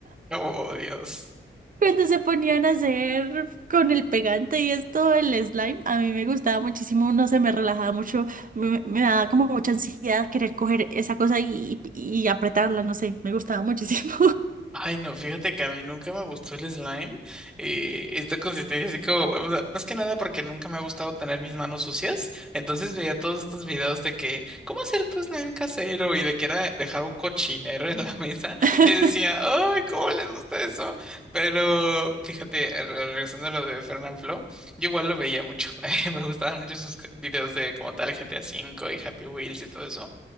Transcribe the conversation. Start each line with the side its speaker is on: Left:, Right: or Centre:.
Centre: Oh, Dios.
Right: Cuando se ponían a hacer con el pegante y esto, el slime, a mí me gustaba muchísimo, no sé, me relajaba mucho, me, me daba como mucha ansiedad querer coger esa cosa y, y apretarla, no sé, me gustaba muchísimo.
Centre: Ay, no, fíjate que a mí nunca me gustó el slime. eh, esta consistencia así como, o sea, más que nada porque nunca me ha gustado tener mis manos sucias. Entonces veía todos estos videos de que, ¿cómo hacer tu slime casero? Y de que era dejar un cochinero en la <laughs> mesa.
Right: <laughs>
Centre: Y decía, ay, ¿cómo les gusta eso? Pero fíjate, eh, re- regresando a lo de Fernanfloo, yo igual lo veía mucho. <laughs> Me gustaban mucho sus videos de como tal GTA cinco y Happy Wheels y todo eso.